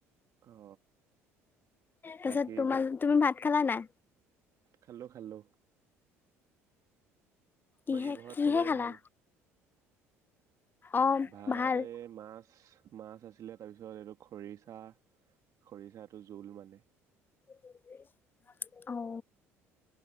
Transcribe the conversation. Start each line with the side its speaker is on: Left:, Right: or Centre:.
Right: অ
Left: তাৰছত
Right: বাকী
Left: তোমাৰ তুমি ভাত খালা নাই
Right: খালো খালো।
Left: কিহে
Right: বাকী ঘৰত
Left: কিহে
Right: চবৰে
Left: খালা?
Right: ভাল
Left: অ
Right: ভাত
Left: ভাল।
Right: এ মাছ মাছ আছিলে তাৰ পিছত এইটো খৰিচা খৰিচাটো জোল মানে
Left: আহ